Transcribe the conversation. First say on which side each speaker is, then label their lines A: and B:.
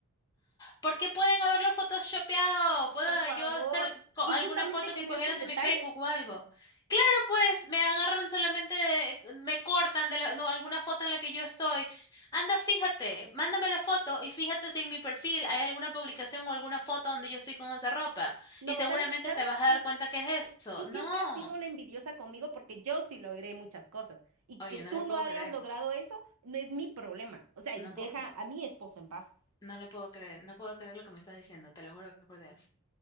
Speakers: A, on the left; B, on the right.
A: ¿Por qué pueden haberlo photoshopeado? ¿Puedo
B: Por favor.
A: yo estar con
B: Y
A: alguna
B: justamente
A: foto
B: con
A: que cogieron
B: esos detalles.
A: de mi Facebook o algo? Claro, pues me agarran solamente, de- me cortan de la- no, alguna foto en la que yo estoy. Anda, fíjate, mándame la foto y fíjate si en mi perfil hay alguna publicación o alguna foto donde yo estoy con esa ropa.
B: No,
A: Y seguramente
B: ¿sabes? ¿Sabes?
A: te vas
B: Yo,
A: a dar cuenta que es eso.
B: tú siempre
A: No.
B: has sido una envidiosa conmigo porque yo sí logré muchas cosas. Y
A: Oye,
B: que tú
A: no lo
B: no
A: puedo
B: hayas
A: creer.
B: logrado eso no es mi problema. O sea, y
A: No,
B: deja
A: po-
B: a mi esposo en paz.
A: no lo puedo creer. No puedo creer lo que me estás diciendo. Te lo juro por Dios.